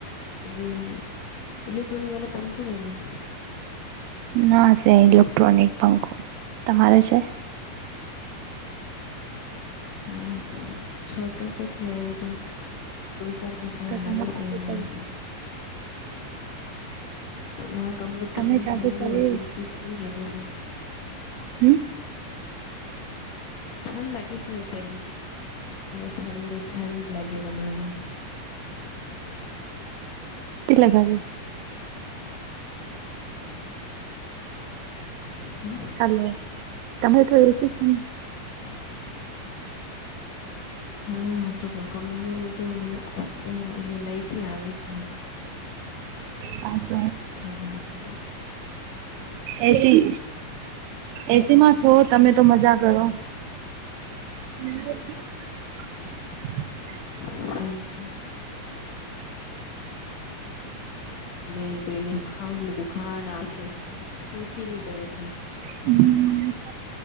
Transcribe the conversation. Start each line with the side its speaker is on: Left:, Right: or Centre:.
Left: વી ઇલોક્રોનિક વાા પંખો વેલા.
Right: ના સ ઇલેક્ટ્રોનિક પંખો તમારે છે.
Left: હા છોટું શું છે એ બધું. દો ચાર ઘંટા
Right: તો તમે
Left: હલે
Right: ચાલુ
Left: છે એનુંમાં.
Right: કરીશ
Left: પણ મારો કમરો તો
Right: તમે
Left: પેલા હું
Right: ચાલુ
Left: ઠંડો
Right: કરીશ
Left: હોય બિલકુલ ઠંડ લાગે છે. <inaudible>
Right: હમ?
Left: ઠંડ લાગી છે પે ઠંડ ઠંડ લાગે કમરામાં. <inaudible>
Right: લગાવીશ.
Left: હમ.
Right: હલો તમે તો એસી છ ને.
Left: હા તો કમરો તો મતલબ બ એ લઈટી આવી છે આપ.
Right: હાછ
Left: અમારે તો.
Right: એસી
Left: <inaudible>
Right: એસી માં છો તમે તો મજા કરો <unintelligible>
Left: <unintelligible> <inaudible> મે તો એને બુખાન આવે છે સુૂટી નહી કરે છે
Right: હમ્મ